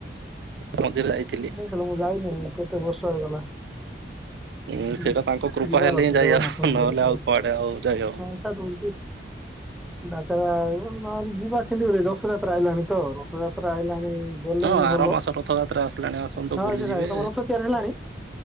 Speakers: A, on the right; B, in the centre.
A: ମନ୍ଦିର ଯାଇଥିଲି।
B: ଯାଇଥିଲ ମୁଁ ଯାଇନି କେତେ ବର୍ଷ ହେଇଗଲା
A: ଉଁ ସେଟା
B: ଯି
A: ତାଙ୍କ କୃପା
B: ଯିବାର
A: ହେଲେ
B: ଅଛି
A: ହିଁ ଯାଇଆ
B: ଜଗନ୍ନାଥ ମନ୍ଦିର
A: ନହେଲେ
B: ଟିକେ
A: ଆଉ କୁଆଡେ ଆଉ ଯାଇ ହବ।
B: ହଁ ତା ଦଉଛି ଡାକରା ଯିବା କେମିତି ଗୋଟେ ରଥଯାତ୍ରା ଆଇଲାଣି ତ ରଥଯାତ୍ରା ଆଇଲାଣି ଗଲେ
A: ହଁ
B: ହିଁ
A: ଆର
B: ଭଲ
A: ମାସ ରଥଯାତ୍ରା ଆସିଲାଣି ଆସନ୍ତୁ
B: ହଁ
A: ବୁଲିଯିବେ
B: ସେଟା ତମ ରଥ ତିଆରି ହେଲାଣି